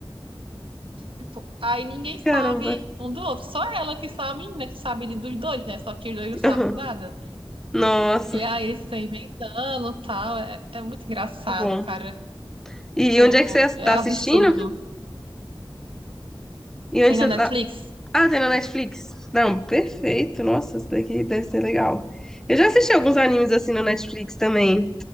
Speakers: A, on the right (about 70°); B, in the centre.
A: Tipo, Aí ninguém sabe
B: Caramba.
A: um do outro. Só ela que sabe, né? Que sabe de- dos dois, né? Só que os dois não sabem
B: Uhum.
A: de nada.
B: Nossa.
A: E aí eles ficam inventando e tal. É, é muito engraçado,
B: Tá Bom.
A: cara.
B: E
A: Pô,
B: onde é que você está
A: é absurdo.
B: assistindo? E onde
A: Tem na
B: você
A: Netflix?
B: tá? Ah, tem na Netflix. Não, perfeito. Nossa, isso daqui deve ser legal. Eu já assisti alguns animes assim na Netflix
A: Tipo,
B: também.